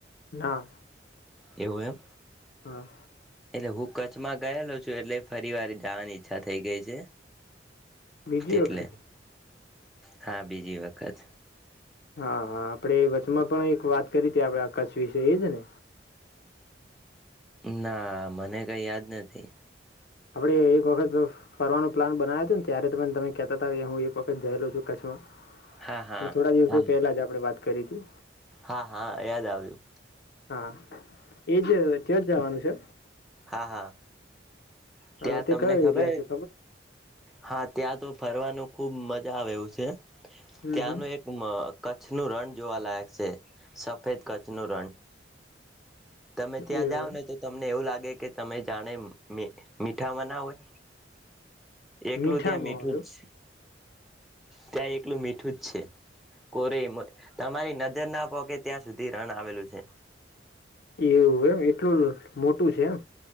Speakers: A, on the left; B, in the centre.
A: ના.
B: એવું એમ?
A: હા.
B: હુ કચ્છમાં ગયેલો છું એટલે ફરી વાર જાવાની ઈચ્છા થઈ ગઈ છે.
A: બીજી
B: એટલે
A: વખત?
B: હા, બીજી વખત.
A: હા હા આપડે વચમાં પણ એક વાત કરી તી આપડા કચ્છ વિશે એ જ ને?
B: ના, મને કઈ યાદ નથી.
A: હવડે એક વખત ફરવાનો પ્લાન બનાયો તો ન ત્યારે તમેન-તમે કેતા તા એ હું એક વખત જયેલો છું કચ્છમાં.
B: હા હા
A: પણ થોડા દિવસો
B: હા
A: પહેલા જ આપણે વાત કરી તી.
B: હા હા યાદ આવ્યું.
A: હા, એ જે તેજ જવાનું છે?
B: હા હા. ત્યાં
A: અ, તે
B: તમને
A: કયો એરિયા
B: ખબર?
A: છે
B: હા, ત્યાં તો ફરવાનું ખુબ મજા આવે એવું છે.
A: હમ
B: ત્યાંનું
A: હમ
B: એક મ-કચ્છ છનું રણ જોવાલાયક છે, સફેદ કચ્છનું રણ. તમે ત્યાં
A: એવું
B: જાઓને તો તમને એવું લાગે કે તમે જાણે મી-મીઠામાં ના ઓય?
A: એમ
B: એકલું
A: મીઠામાં
B: ત્યાં મીઠું
A: આવ્યો
B: છ ત્યાં એકલું મીઠું જ છે. કોરે મ તમારી નજર ના પોકે ત્યાં સુધી રણ આવેલું છે.
A: એવું એમ? એટલું મોટું છે એમ?